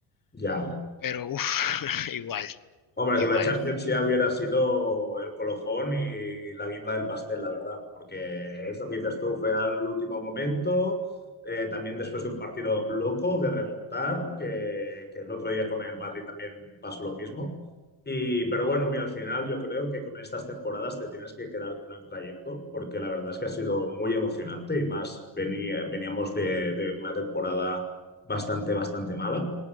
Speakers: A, on the left; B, on the left.
A: ya.
B: pero uff, <laughs> igual,
A: Hombre,
B: igual.
A: con la Champions ya hubiera sido el colofón y la guinda del pastel, la verdad, porque eso que dices tú fue al último momento, eh, también después de un partido loco de remontar, que, que el otro día con el Madrid también pasó lo mismo. Y, pero bueno, mira, al final yo creo que con estas temporadas te tienes que quedar con el trayecto, porque la verdad es que ha sido muy emocionante y más venía- veníamos de de una temporada bastante, bastante mala.